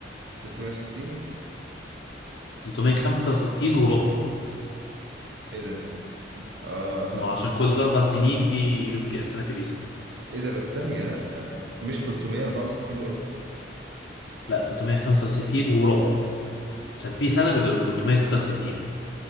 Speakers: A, on the right; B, on the left.
A: 360
B: 365 وربع
A: ايه ده اه
B: ما
A: صح
B: هو عشان كل اربع سنين في يوم ك- سنه كبيسه
A: ايه ده بس ثانيه لا مش 364
B: لا 365 وربع عشان في سنه بتبقى 366